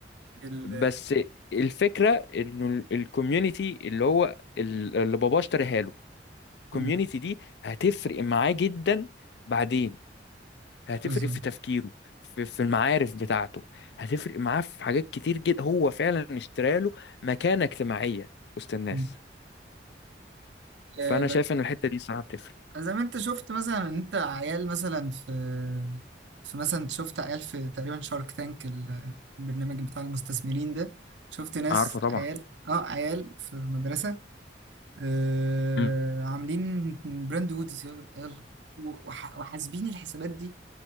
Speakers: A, on the right; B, on the left.
A: ال
B: بس الفكرة انه الكوميونتي اللي هو ال- اللي باباه اشتريها له الكوميونتي
A: مم.
B: دي هتفرق معاه جدا بعدين هتفرق
A: بالظبط
B: في تفكيره في في المعارف بتاعته هتفرق معاه في حاجات كتير جدا هو فعلا اشترى له مكانة اجتماعية وسط الناس
A: مم. آه،
B: فانا
A: بك-
B: شايف ان الحتة دي صراحة بتفرق
A: زي ما انت شفت مثلا انت عيال مثلا في في مثلا انت شفت عيال في تقريبا شارك تانك البرنامج بتاع المستثمرين ده شفت ناس
B: عارفه طبعا
A: عيال اه عيال في مدرسة آه
B: مم.
A: عاملين براند هوديز يلا يلا، وح- وحاسبين الحسابات دي